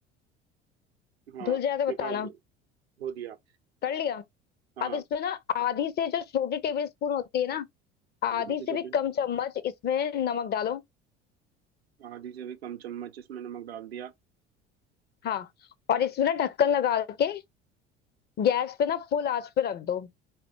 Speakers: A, on the right; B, on the left.
A: हाँ
B: धुल जाए तो
A: निकाल
B: बताना
A: दे धो दिया
B: कर लिया
A: हाँ
B: अब इसमें ना आधी से जो छोटी टेबल स्पून होती है ना आधी
A: आधी से
B: से भी
A: छोटी
B: कम चम्मच इसमें नमक डालो
A: आधी से भी कम चम्मच इसमें नमक डाल दिया
B: हाँ और इसमें ना ढक्कन लगा के गैस पे ना फुल आंच पे रख दो